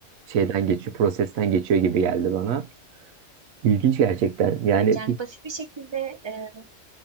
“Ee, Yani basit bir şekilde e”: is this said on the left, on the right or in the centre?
Right